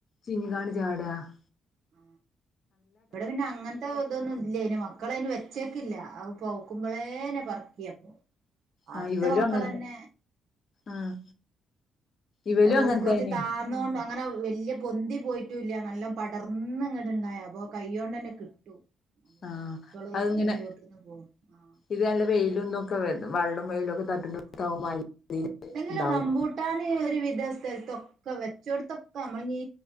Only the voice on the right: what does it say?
ആ ഇവിടെ പിന്നെ അങ്ങനത്തെ ഇതൊന്നും ഇല്ല ഇന് മക്കള് അയിന് വെച്ചേക്കില്ല അവ പൂക്കുമ്പോളേനെ പറക്കയിപ്പം അടുത്ത
മക്കളെന്നെ
അ കൊറച്ച്
താന്നോണ്ടാ അങ്ങനെ വലിയ പൊന്തി പോയിട്ടൂല്ല നല്ല പടർന്ന് ഇങ്ങോട്ടുണ്ടായ അപ്പൊ കൈയോണ്ടന്നെ കിട്ടും അമ്മ
പിന്നെ മക്കള്
എന്റെ ചുവട്ടിൽന്ന് പോ ആഹ്
ആഹ്
ആഹ്
അല്ലെങ്കിലും
റംബൂട്ടാന് ഒരുവിധ സ്ഥലത്തൊക്കെ വെച്ചെടുത്തൊക്കെ നമ്മളിനി